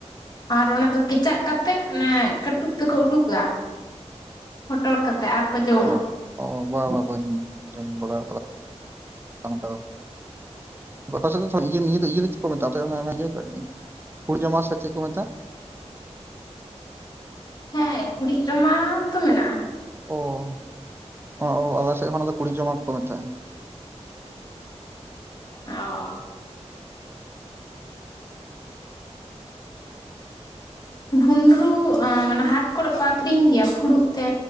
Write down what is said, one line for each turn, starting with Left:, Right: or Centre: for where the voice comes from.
Left: ᱟᱨ ᱚᱱᱟ ᱫᱚ ᱠᱮᱼᱼ ᱪᱟᱜ ᱠᱟᱛᱮᱫ ᱚᱱᱮ ᱠᱟᱹᱴᱩᱵ ᱛᱮᱠᱚ ᱩᱰᱩᱠᱟ ᱦᱚᱴᱚᱨ ᱠᱟᱛᱮ ᱟᱨ ᱠᱚ ᱡᱚᱢᱟ।
Right: ᱚ ᱚ ᱵᱟ ᱵᱟᱝ ᱵᱟᱹᱧ ᱡᱚᱢ ᱵᱟᱲᱟ ᱟᱠᱟᱫᱟ ᱚᱱᱠᱟ ᱫᱚ। ᱟᱯᱮ ᱥᱮᱫ ᱫᱚ ᱤᱭᱟᱹ ᱱᱤᱭᱟᱹ ᱫᱚ ᱤᱭᱟᱹ ᱫᱚ ᱪᱮᱫ ᱠᱚ ᱢᱮᱛᱟᱜᱼᱟ ᱥᱮ <unintelligible> ᱚᱱᱟ <unintelligible> ᱤᱭᱟᱹ ᱯᱷᱩᱲ <unintelligible> ᱡᱚᱢᱟ ᱥᱮᱫ ᱪᱮᱫ ᱠᱚ ᱢᱮᱛᱟᱜᱼᱟ?
Left: ᱦᱮᱸ ᱠᱩᱲᱤᱫ ᱨᱟᱢᱟ ᱛᱚ ᱢᱮᱱᱟᱜᱼᱟ।
Right: ᱚ, ᱚ ᱚ ᱟᱞᱮ ᱥᱮᱫ ᱦᱚᱸ ᱚᱱᱟ ᱫᱚ ᱠᱩᱲᱤᱫ ᱨᱟᱢᱟ ᱜᱮᱠᱚ ᱢᱮᱛᱟᱜᱼᱟ।
Left: ᱚᱻ ᱵᱷᱩᱸᱰᱨᱩ ᱚᱸᱱᱮ ᱦᱟᱴ ᱠᱚᱨᱮᱫ ᱠᱚ ᱟᱠᱷᱨᱤᱧ ᱜᱮᱭᱟ ᱯᱷᱩᱲᱩᱜ ᱛᱮ